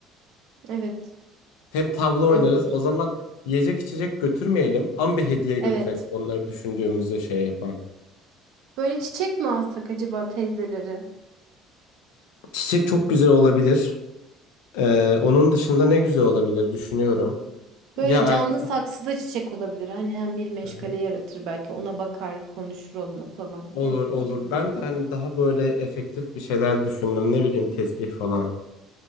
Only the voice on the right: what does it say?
evet,
olabilir.
Evet.
Böyle çiçek mi alsak acaba teyzeleri?
Böyle
canlı saksıda çiçek olabilir. Hani hem bir meşgale
yaratır belki. Ona bakar, konuşur onunla falan.
Ne
bileyim.